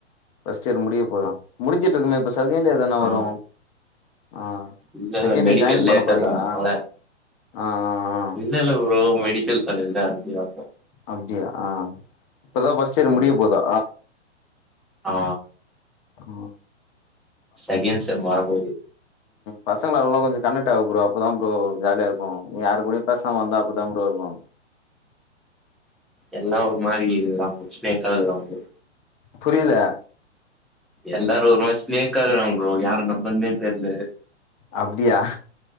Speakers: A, on the left (about 30°); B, in the centre.
A: ஃபர்ஸ்ட் இயர் முடிய போதா முடிஞ்சிட்டிருக்குமே இப்பஸ் செகெண்டு எதலா
B: ஆ
A: வரு ஆ
B: இல்ல
A: செகெண்டு
B: இல்ல மெடிக்கல்
A: இயர் ஜாயின்
B: லேட்டா
A: பண்ண போறீளா
B: தொறந்தாங்கள
A: ஆ ஆ ஆ
B: இன்னு இல்ல ப்ரோ மெடிக்கல் காலேஜ்னா அப்டியாக்கு
A: அப்டியா ஆ இப்பதா ஃபர்ஸ்ட் இயர்
B: ம்
A: முடிய போதா
B: ஆ
A: கு
B: செகெண்ட் செம் மாற போது
A: பசங்லெல்லா கொஞ்ச கனெட் ஆகு புரோ அப்பதா ப்ரோ ஜாலியா இருக்கு நீ யாரு கூடயு பேசாமிருந்தா அப்டிதா ப்ரோ இருக்கு
B: எல்லா ஒரு மாரி கீதுதா <unintelligible> அதுதா ப்ரோ
A: புரில
B: எல்லாரு ஒரு மாரி ஸ்நேக்காகுறாங்க ப்ரோ யார நம்பர்னே தெர்ல
A: அப்டியா